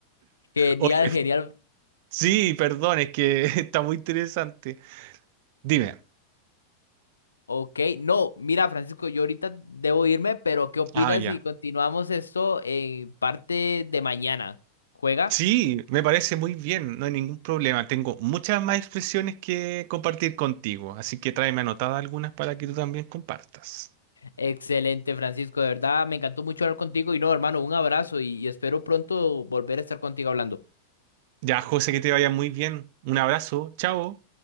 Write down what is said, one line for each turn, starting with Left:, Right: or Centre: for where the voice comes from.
Left: genial,
Right: Oye,
Left: genial.
Right: sí, perdón, es que <laughs> está muy interesante. Dime.
Left: Ok, no, mira, Francisco, yo ahorita debo irme, pero ¿qué opinas
Right: Ah, ya.
Left: si continuamos esto en parte de mañana? ¿Juega?
Right: Sí, me parece muy bien, no hay ningún problema. Tengo muchas más expresiones que compartir contigo, así que tráeme anotadas algunas para que tú también compartas.
Left: Excelente, Francisco, de verdad, me encantó mucho hablar contigo y no, hermano, un abrazo y, y espero pronto volver a estar contigo hablando.
Right: Ya, José, que te vaya muy bien. Un abrazo, chao.